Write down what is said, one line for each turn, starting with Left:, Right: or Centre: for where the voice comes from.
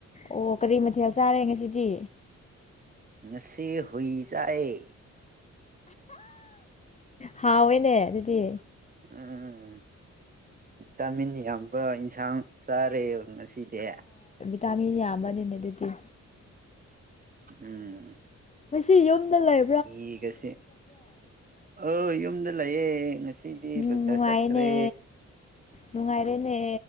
Left: ꯑꯣ ꯀꯔꯤ ꯃꯊꯦꯜ ꯆꯥꯔꯦ ꯉꯁꯤꯗꯤ
Right: ꯉꯁꯤ ꯍꯨꯏ ꯆꯥꯔꯦ
Left: ꯍꯥꯎꯋꯦꯅꯦ ꯑꯗꯨꯗꯤ
Right: ꯎꯝ ꯚꯤꯇꯥꯃꯤꯟ ꯌꯥꯝꯕ ꯏꯟꯁꯥꯡ ꯆꯥꯔꯦ ꯉꯁꯤꯗꯤ
Left: ꯇꯃꯤꯅꯤ ꯍꯥꯝꯃꯅꯤꯅꯦ ꯑꯗꯨꯗꯤ
Right: <inaudible>
Left: ꯉꯁꯤ ꯌꯨꯝꯗ ꯂꯩ
Right: ꯏꯒꯁꯦ ꯑ ꯌꯨꯝꯗ ꯂꯩꯥꯑꯦ ꯉꯁꯤ ꯖꯔ
Left: ꯎꯝ ꯅꯨꯡꯉꯥꯏꯅꯦ
Right: ꯆꯠꯇ꯭ꯔꯦ
Left: ꯅꯨꯡꯉꯥꯏꯔꯦꯅꯦ